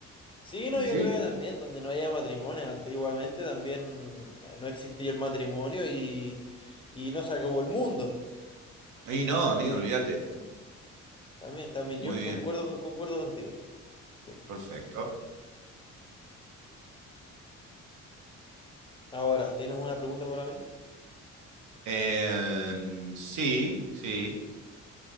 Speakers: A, on the left; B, on the right.
A: Sí, no,
B: Y
A: yo
B: sí.
A: creo que también donde no haya matrimonio, antiguamente también eh, no existía el matrimonio y, y no se acabó el mundo.
B: Y
A: Así
B: no, amigo,
A: que
B: olvídate.
A: sí, también, también, también.
B: Muy
A: Yo
B: bien,
A: concuerdo, con- concuerdo contigo. Sí.
B: perfecto.
A: Ahora, ¿tienes una pregunta para mí?
B: Em, sí, sí,